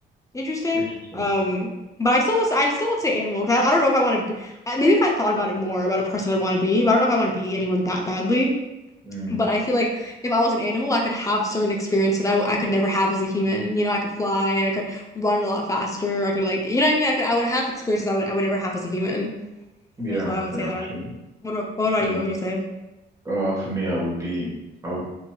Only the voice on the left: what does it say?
interesting.
Um, but I still was I still would say animal 'cause I, I don't know if I want to be I- maybe if I thought about it more about a person I'd want to be, but I don't know if I want to be anyone that badly.
But I feel like if I was an animal, I could have certain experiences I, w- I could never have as a human. You know, I could fly, I could run a lot faster, I could like you know what I mean? I could I would have experiences I would I would never have as a human,
which is why I would
say that.
What about what about
you? What would you say?